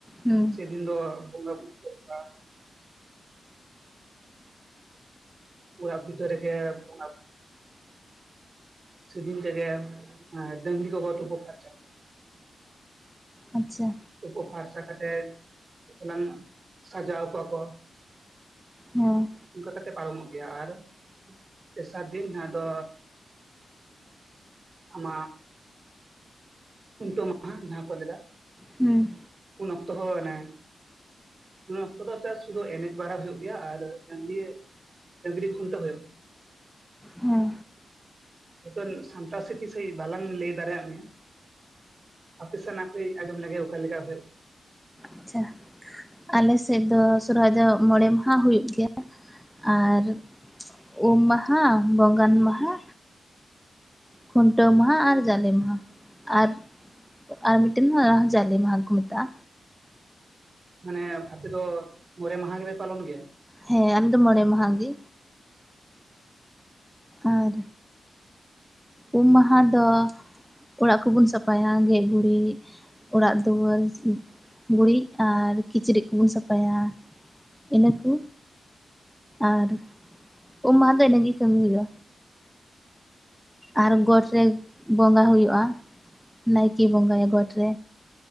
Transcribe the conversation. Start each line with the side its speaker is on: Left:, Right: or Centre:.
Centre: ᱦᱮᱸ
Right: ᱫᱤᱱ ᱫᱚ ᱵᱚᱸᱜᱟ ᱵᱩᱨᱩ ᱦᱩᱭᱩᱜᱼᱟ ᱚᱲᱟᱜ ᱵᱷᱤᱛᱟᱹᱨ ᱨᱮᱜᱮ ᱵᱚᱸᱜᱟ ᱥᱮ ᱫᱤᱱ ᱛᱮᱜᱮ ᱰᱟᱹᱝᱨᱤ ᱠᱚ ᱠᱚ ᱛᱩᱯᱩ ᱯᱷᱟᱨᱪᱟ
Centre: ᱟᱪᱪᱷᱟ
Right: ᱛᱩᱯᱩ ᱯᱷᱟᱨᱪᱟ ᱠᱟᱛᱮᱜ ᱠᱟᱹᱡ ᱪᱟᱞᱟᱝ ᱥᱟᱡᱟᱣ ᱠᱚᱣᱟ ᱠᱚ
Centre: ᱦᱮᱸ
Right: ᱚᱱᱠᱟ ᱠᱟᱛᱮ ᱯᱟᱨᱚᱢᱚᱜ ᱜᱮᱭᱟ ᱟᱨ ᱛᱮᱥᱟᱨ ᱫᱤᱱ ᱡᱟᱦᱟᱸ ᱫᱚ ᱟᱢ ᱠᱷᱩᱱᱴᱟᱹᱣ ᱢᱟᱦᱟ ᱡᱟᱦᱟᱸ ᱠᱚ ᱞᱟᱹᱭ ᱫᱟ
Centre: ᱦᱩᱸ
Right: ᱩᱱ ᱚᱠᱛᱚ ᱦᱚᱸᱟᱱᱮ ᱤᱱ ᱚᱠᱛᱟ ᱫᱚ ᱪᱟᱥ ᱥᱩᱫᱩ ᱮᱱᱮᱠ ᱵᱟᱲᱟ ᱦᱩᱭᱩᱜ ᱜᱮᱭᱟ ᱟᱨ ᱱᱤᱭᱟ ᱰᱟᱹᱝᱨᱤ ᱠᱷᱩᱱᱴᱟᱹ ᱦᱩᱭᱩᱜᱼᱟ
Centre: ᱦᱮᱸ
Right: ᱦᱚᱭᱛᱚ ᱥᱟᱢᱴᱟᱶ ᱥᱤᱛᱷᱤ ᱥᱟᱺᱦᱤᱡ ᱵᱟᱞᱟᱝ ᱞᱟᱹᱭ ᱫᱟᱲᱮᱭᱟᱜ ᱢᱮᱭᱟ ᱟᱯᱮ ᱥᱮᱫ ᱱᱟᱯᱮ ᱟᱸᱡᱚᱢ ᱞᱮᱜᱮ ᱚᱠᱟᱮᱠᱟ ᱦᱩᱭᱩᱜᱼᱟ᱾
Centre: ᱟᱪᱪᱷᱟ ᱟᱞᱮ ᱥᱮᱫ ᱫᱚ ᱥᱚᱨᱦᱟᱭ ᱡᱚᱜ ᱢᱚᱬᱮ ᱢᱟᱦᱟ ᱦᱩᱭᱩᱜ ᱜᱮᱭᱟ᱾ ᱟᱨ ᱩᱢ ᱢᱟᱦᱟ ᱵᱚᱸᱜᱟᱱ ᱢᱟᱦᱟ᱾ ᱠᱷᱩᱱᱴᱟᱹᱣ ᱢᱟᱦᱟ ᱟᱨ ᱡᱟᱞᱮ ᱢᱟᱦᱟ ᱟᱨ᱾ ᱟᱨ ᱢᱤᱫᱴᱟᱱ ᱢᱟ ᱡᱟᱞᱮ ᱢᱟᱦᱟ ᱠᱚ ᱢᱮᱛᱟᱜᱼᱟ᱾
Right: ᱢᱟᱱᱮ ᱟᱯᱮ ᱫᱚ ᱢᱚᱬᱮ ᱢᱟᱦᱟ ᱜᱮ ᱯᱮ ᱯᱟᱞᱚᱱ ᱜᱮᱭᱟ
Centre: ᱦᱮᱸ ᱟᱠᱮ ᱫᱚ ᱢᱚᱬᱮ ᱢᱟᱦᱟ ᱜᱮ᱾ ᱟᱨ ᱩᱢ ᱢᱟᱦᱟ ᱫᱚ ᱚᱲᱟᱜ ᱠᱚᱵᱚᱱ ᱥᱟᱯᱷᱟᱭᱟ ᱜᱮᱡ ᱜᱩᱨᱤᱡ᱾ ᱚᱲᱟᱜ ᱫᱩᱣᱟᱹᱨ ᱥᱤᱢ ᱜᱩᱲᱤᱡ ᱟᱨ ᱠᱤᱪᱨᱤᱡ ᱠᱚᱵᱚᱱ ᱥᱟᱯᱷᱟᱭᱟ᱾ ᱤᱱᱟᱹ ᱠᱚ ᱟᱨ ᱩᱢ ᱢᱟᱦᱟ ᱫᱚ ᱤᱱᱟᱹᱜᱮ ᱠᱟᱹᱢᱤ ᱦᱩᱭᱩᱜᱼᱟ᱾ ᱟᱨ ᱜᱚᱴ ᱨᱮ ᱵᱚᱸᱜᱟ ᱦᱩᱭᱩᱜᱼᱟ᱾ ᱱᱟᱭᱠᱮ ᱵᱚᱸᱜᱟᱭᱟ ᱜᱚᱴ ᱨᱮ